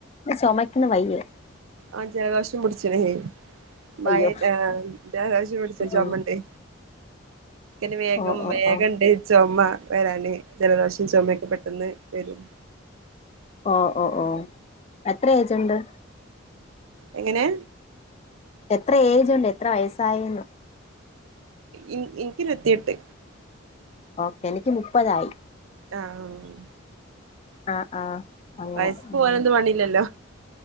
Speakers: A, on the left; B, on the right.
A: ചുമയ്ക്കണ് വയ്യേ?
B: ആഹ് ജലദോഷം പുടിച്ണെ... മഴ
A: അയ്യോ
B: താ ജലദോഷം പിടിച്ച
A: ഉം
B: ചുമണ്ടേ? എെ വേഗം
A: ഓ ഓ
B: വേഗംണ്ട്
A: ഓ
B: ചുമ വരാന് ജലദോഷം ചുമയൊക്കെ പെട്ടെന്ന് വരും
A: ഓഹ് ഓഹ് ഓഹ് എത്ര ഏജുണ്ട്
B: എങ്ങനെ
A: എത്ര ഏജ്ണ്ട് എത്ര വയസ്സായിന്നു
B: ഉം ഇനിക്ക് ഇരുപത്തിയെട്ട്
A: ഓക്കെ എനിക്ക് മുപ്പതായി
B: ആഹ് <unintelligible>
A: ആഹ് ആഹ് അങ്ങനെ
B: വയസ്സ് പോവാനൊന്നും
A: ഉം
B: പണില്ലല്ലോ.